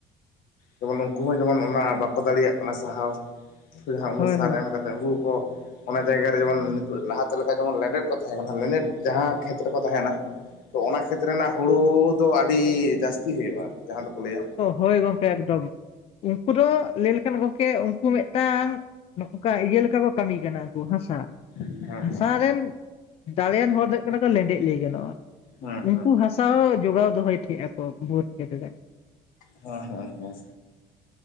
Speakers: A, on the left; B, on the left.
A: ᱡᱮᱢᱚᱱ ᱩᱱᱠᱩ ᱦᱚᱸ ᱡᱮᱢᱚᱱ ᱚᱱᱟ ᱵᱟᱠᱚ ᱫᱟᱲᱮᱭᱟᱜ ᱠᱟᱱᱟ ᱥᱟᱦᱟᱣ ᱡᱟᱦᱟᱸ ᱩᱱᱟᱹᱜ
B: ᱦᱳᱭ
A: ᱥᱟᱨ
B: ᱦᱳᱭ
A: ᱮᱢ ᱠᱟᱛᱮᱫ ᱩᱱᱠᱩ ᱦᱚᱸᱠᱚ ᱾ ᱚᱱᱟ ᱡᱟᱭᱜᱟ ᱨᱮ ᱡᱮᱢᱚᱱ ᱱᱤᱛᱚᱜ ᱞᱟᱦᱟᱛᱮ ᱞᱮᱠᱟ ᱡᱮᱢᱚᱱ ᱞᱮᱸᱰᱮᱛ ᱠᱚ ᱛᱟᱦᱮᱸ ᱠᱟᱱᱟ ᱞᱮᱸᱰᱮᱛ ᱡᱟᱦᱟᱸ ᱠᱷᱮᱛ ᱨᱮᱠᱚ ᱛᱟᱦᱮᱱᱟ᱾ ᱛᱚ ᱚᱱᱟ ᱠᱷᱮᱛ ᱨᱮᱱᱟᱜ ᱦᱳᱲᱳ ᱫᱚ ᱟᱹᱰᱤ ᱡᱟᱹᱥᱛᱤ ᱦᱳᱭᱳᱜᱼᱟ ᱟᱨᱠᱤ ᱡᱟᱦᱟᱸ ᱫᱚᱠᱚ ᱞᱟᱹᱭᱟ
B: ᱦᱳᱭ ᱜᱚᱝᱠᱮ ᱮᱠᱫᱚᱢ ᱩᱱᱠᱩ ᱫᱚ ᱞᱟᱹᱭ ᱞᱮᱠᱷᱟᱱ ᱜᱚᱝᱠᱮ ᱩᱱᱠᱩ ᱢᱤᱫᱴᱟᱝ ᱱᱚᱝᱠᱟ ᱤᱭᱟᱹ ᱞᱮᱠᱟ ᱠᱚ ᱠᱟᱹᱢᱤ ᱠᱟᱱᱟ ᱠᱚ, ᱦᱟᱥᱟ,
A: ᱦᱮᱸ
B: ᱦᱟᱥᱟ
A: ᱦᱮᱸ
B: ᱨᱮᱱ ᱫᱟᱲᱮᱭᱟᱱ ᱦᱚᱲ ᱫᱚ ᱦᱩᱭᱩᱜ ᱠᱟᱱᱟ ᱠᱚ ᱞᱮᱸᱰᱡ ᱞᱟᱹᱭ ᱜᱟᱱᱚᱜ-ᱟ
A: ᱦᱮᱸ
B: ᱩᱱᱠᱩ
A: ᱦᱮᱸ
B: ᱦᱟᱥᱟ ᱥᱟᱶ ᱡᱚᱜᱟᱣ ᱫᱚᱦᱚᱭ ᱴᱷᱮᱜ ᱟᱠ ᱠᱚ ᱵᱷᱩᱛ ᱠᱷᱮᱛ ᱨᱮ
A: ᱦᱮᱸ ᱦᱮᱸ ᱦᱮᱸ